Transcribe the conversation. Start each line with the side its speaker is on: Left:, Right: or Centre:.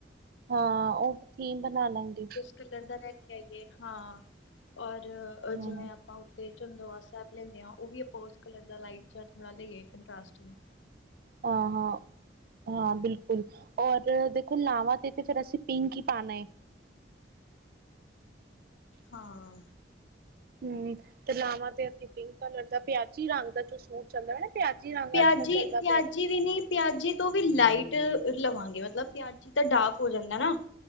Right: ਹਾਂ, ਉ ਇੱਕ ਥੀਮ ਬਣਾ ਲੈਂਦੀ
Left: ਫਿਰ, ਦਰਦਾਂ ਲੈ ਲੈ ਕੇ ਹਾਂ ਔਰ
Right: ਹਾਂ
Left: ਜਿਵੇਂ, ਆਪਾਂ ਤੇ ਚੰਦੋਆ ਸਾਹਿਬ, ਲੈਂਦਿਆ ਉਹ ਵੀ ਅੋਜ ਕਲਰ ਦਾ ਲਾਈਟ ਲੈ ਲਈਏ, ਕੰਟ੍ਰਾਸਟ ਚ
Right: ਆ ਹਾਂ ਹਾਂ ਬਿਲਕੁਲ, ਔਰ ਦੇਖੋ ਲਾਵਾਂ ਤੇ ਤੇ ਫਿਰ ਅਸੀਂ, ਪਿੰਕ ਹੀ ਪਾਉਣਾ ਹੈ
Left: ਹਾਂ
Right: ਹੂ ਤੇ ਲਾਵਾਂ ਤੇ ਅਸੀ ਪਿੰਕ ਕਲਰ ਦਾ ਪਿਆਜੀ ਰੰਗ ਦਾ ਜੋ ਸੂਟ ਚੱਲਦਾ ਨਾ ਪਿਆਜੀ ਰੰਗ
Left: ਪਿਆਜੀ--ਪਿਆਜੀ
Right: ਅੱਜ ਕੱਲ੍ਹ ਚੱਲਦਾ ਪਿਆ
Left: ਵੀ ਨਹੀਂੀ ਪਿਆਜੀ, ਤੋਂ ਵੀ ਲਾਈਟ ਲਵਾਂਗੇ, ਮਤਲਬ ਪਿਆਜੀ ਤਾਂ ਡਾਰਕ ਹੋ ਜਾਂਦਾ, ਨਾ